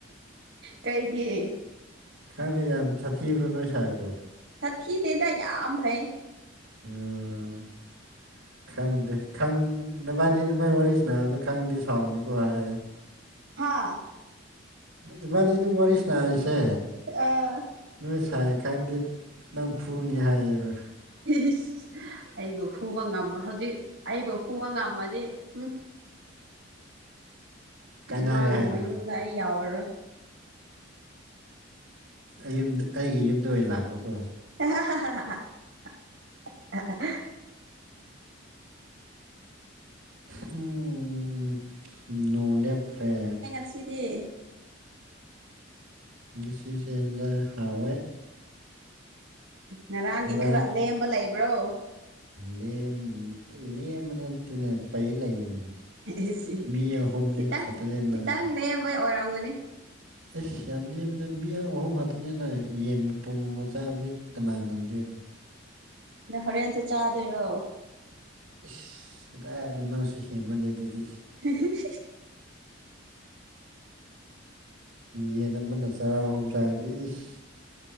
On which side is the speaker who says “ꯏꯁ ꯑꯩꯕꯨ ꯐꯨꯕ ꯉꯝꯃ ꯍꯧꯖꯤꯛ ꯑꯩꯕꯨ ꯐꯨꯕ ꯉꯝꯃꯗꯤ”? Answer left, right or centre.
Right